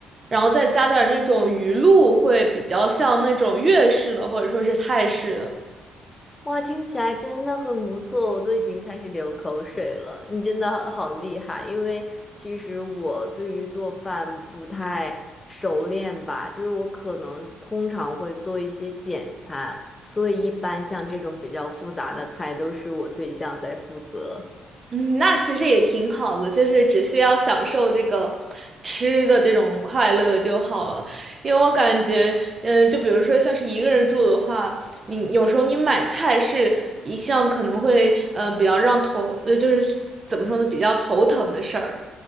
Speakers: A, on the right; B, on the left.
A: 然后再加点那种鱼露，会比较像那种粤式的或者说是泰式的。
B: 哇，听起来真的很不错，我都已经开始流口水了。你真的好厉害，因为其实我对于做饭不太熟练吧，就是我可能通常会做一些简餐，所以一般像这种比较复杂的菜都是我对象在负责。
A: 嗯，那其实也挺好的，就是只需要享受这个吃的这种快乐就好了。因为我感觉，嗯、就比如说像是一个人住的话，你有时候你买菜是一项可能会，嗯、比较让头，呃就是怎么说呢，比较头疼的事儿。